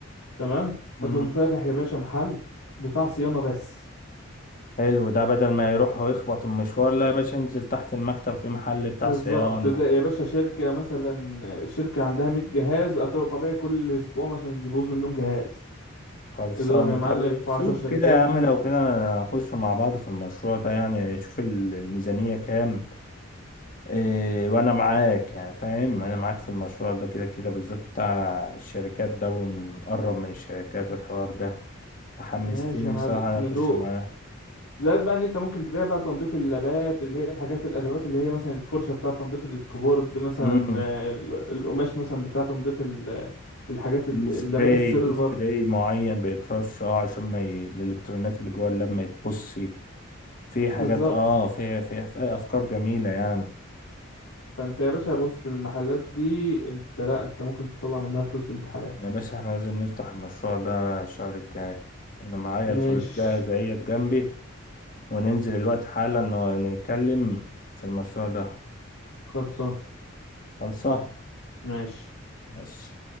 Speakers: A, on the left (about 80°); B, on the left (about 40°).
A: تمام
B: امم
A: هتقوم فاتح يا باشا محل بتاع صيانة بس
B: حلو ده بدل ما يروح ويخبط المشوار لا يا باشا انزل تحت المكتب في محل بتاع
A: بالظبط
B: صيانة
A: ده يا باشا شركة مثلا شركة عندها 100 جهاز أط- طبيعي كل أسبوع مثلا يبوظ منهم جهاز
B: خلصان
A: اضرب يا
B: طب
A: معلم في
B: شوف
A: 10 شركات
B: كده يا عم لو كده نخش مع بعض في المشروع ده يعني شوف ال- الميزانية كام إيه وانا معاك يعني فاهم انا معاك في المشروع ده كده كده بالذات بتاع الشركات ده ونقرب من الشركات والحوار ده تحمستني
A: ماشي يا معلم
B: صراحة
A: ندوس
B: اخش معاه
A: زائد بقى ان انت ممكن تبيع بقى تنظيف اللابات اللي هي الحاجات الادوات اللي هي مثلا الفرشه بتاع تنظيف الكيبورد مثلا
B: امم
A: آه، ال- القماش مثلا بتاع تنظيف ال- الحاجات ال-
B: السبراي
A: اللابات السيلفر
B: في سبراي معين بيترش اه عشان ما ي... الالكترونات اللي جوه اللاب ما يتبصي في حاجات
A: بالظبط
B: اه في في في افكار جميلة يعني
A: فانت يا باشا بص المحلات دي انت لا انت ممكن تطلع منها فلوس بنت حلال
B: يا باشا احنا لازم نفتح المشروع ده الشهر الجاي انا معايا
A: ماشي
B: الفلوس جاهزة اهي جنبي وننزل الوقت حالا ن- نتكلم في المشروع ده
A: خلصان
B: خلصة
A: ماشي
B: ماشي